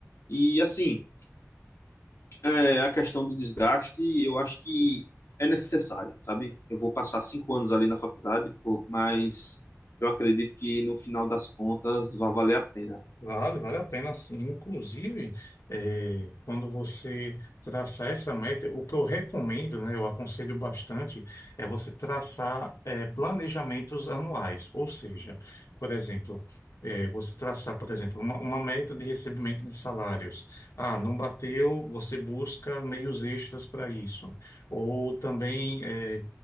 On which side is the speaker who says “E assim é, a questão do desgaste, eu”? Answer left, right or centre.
Left